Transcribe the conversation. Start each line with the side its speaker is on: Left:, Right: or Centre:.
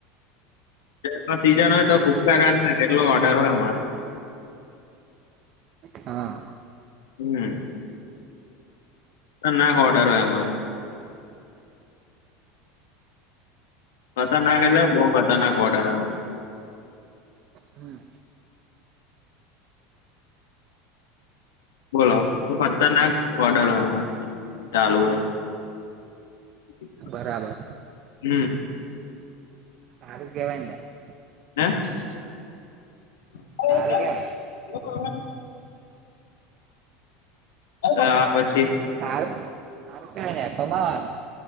Left: તે એટ સીઝન હોય તો ભૂક્કા ગાડ ના કેટલો ઓર્ડર હોય અમારે.
Right: હા.
Left: હમ્મ નાક ઓર્ડર હોય અમારે ખતરનાક એટલે બહુ ખતરનાક ઓર્ડર.
Right: હમ્મ
Left: બોલો ખતરનાક ઓર્ડર હોય ચાલુ હોય. <inaudible>
Right: બરાબર
Left: હમ
Right: હારું કેહેવાય ન ભાઈ.
Left: હે
Right: સારું કેવાય
Left: આ પછી
Right: તાર અરે કમાવાનું